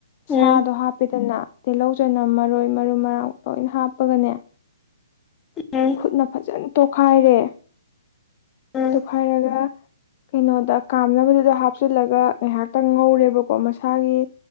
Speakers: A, on the left (about 35°); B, on the left (about 15°).
A: ꯁꯥꯗꯣ
B: ꯎꯝ
A: ꯍꯥꯞꯄꯦꯗꯅ ꯇꯤꯜꯂꯧ ꯆꯅꯝ ꯃꯔꯣꯏ ꯃꯔꯨ ꯃꯔꯥꯡ ꯂꯣꯏꯅ ꯍꯥꯞꯄꯒꯅꯦ
B: ꯎꯝ
A: ꯈꯨꯠꯅ ꯐꯖꯟ ꯇꯣꯈꯥꯏꯔꯦ
B: ꯎꯝ
A: ꯇꯣꯛꯈꯥꯏꯔꯒ ꯀꯩꯅꯣꯗ ꯀꯥꯝꯅꯕꯗꯨꯗ ꯍꯥꯞꯆꯤꯜꯂꯒ ꯉꯥꯏꯍꯥꯛꯇꯪ ꯉꯧꯔꯦꯕꯀꯣ ꯃꯁꯥꯒꯤ